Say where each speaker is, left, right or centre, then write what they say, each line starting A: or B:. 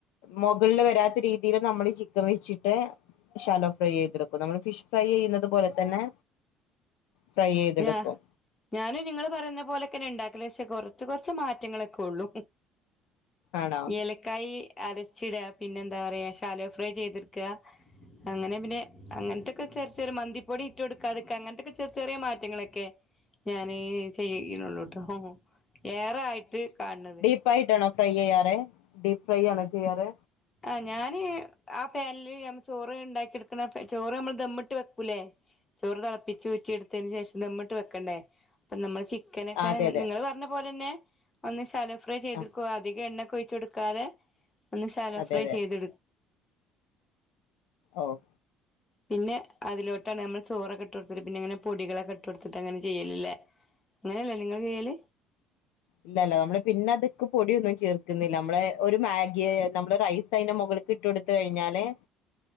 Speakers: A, on the left; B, on the left.
A: മുകളില് വരാത്ത രീതില് നമ്മള് ചിക്കൻ വെച്ചിട്ട് ശാലോ ഫ്രൈ ചെയ്തെട്ക്കും ന്നമ്മള് ഫിഷ് ഫ്രൈ ചെയ്യുന്നത് പോലെ തന്നെ. ഫ്രൈയ്യെയ്തെട്ക്കും.
B: ഞാ ഞാനും നിങ്ങള് പറയുന്ന പോലെക്കന്നെ ഇണ്ടാക്കല് പക്ഷെ കൊർച്ച് കൊർച്ച് മാറ്റങ്ങളൊക്കെ ഉള്ളൂ.
A: ആണോ
B: ഏലക്കായി അരച്ചിട പിന്നെ എന്താ പറയാ ശാലോ ഫ്രൈ ചെയ്ത്ട്ക്ക. അങ്ങനെ പിന്നെ അങ്ങനത്തെക്കെ ചെറി ചെറിയ മന്തിപ്പൊടി ഇട്ടു കൊടുക്കാ അതെക്കെ അങ്ങനത്തൊക്കെ ചെറിയ ചെറിയ മാറ്റ റ്റങ്ങളൊക്കെ ഞാന് ചെയ്യ്ണോള്ളൂട്ടോ ഏറെ ആയിട്ട് കാണ് ണത്.
A: ഡീപ്പായിട്ടണോ ഫ്രൈ ചെയ്യാറ് ഡീപ്പ് ഫ്രൈ ആണോ ചെയ്യാറ്?
B: ആഹ് ഞാന് ആ പാൻല് നമ്മ ചോറ് ഉണ്ടാക്കി എടുക്ക്ണ ചോറ് നമ്മള് ദമ്മിട്ട് വെക്കൂലേ ചോറ് തിളപ്പിച്ച് ഊറ്റിയെടുത്തതിന് ശേഷം ദമ്മിട്ട് വെക്കണ്ടേ? ഇപ്പ നമ്മള് ചിക്കനൊക്കെ
A: ആ അതെ അതെ
B: നിങ്ങള് പർഞ്ഞ പോലെന്നെ ഒന്ന് ശാലോ ഫ്രൈ ചെയ്തെട്ക്കു
A: ആ
B: അധികം എണ്ണക്കെ ഒഴിച്ചോട്ക്കാതെ ഒന്ന് സാലോ
A: അതെ
B: ഫ്രൈ
A: അതെ
B: ചെയ്ത്ട്
A: ഓഹ്
B: പിന്നെ അതിലോട്ടാണ് അമ്മ്ൾ ചോറൊക്കെട്ടോട്ത്ത് പിന്നങ്ങന പൊടികളോക്കെട്ടോട്ത്ത്ട്ടങ്ങന ചെയ്യല് ല്ലേ. അങ്ങനെയല്ലേ നിങ്ങളൊക്കെയ്യല്
A: ഇല്ലല്ല നമ്മള് പിന്നെ അതൊക്കെ പൊടിയൊന്നും ചേർക്കുന്നില്ല നമ്മള് ഒരു മാഗിയെ നമ്മള് റൈസ് സൈന് മുകളൾക്ക് ഇട്ട്കൊടുത്ത് കഴിഞ്ഞാലേ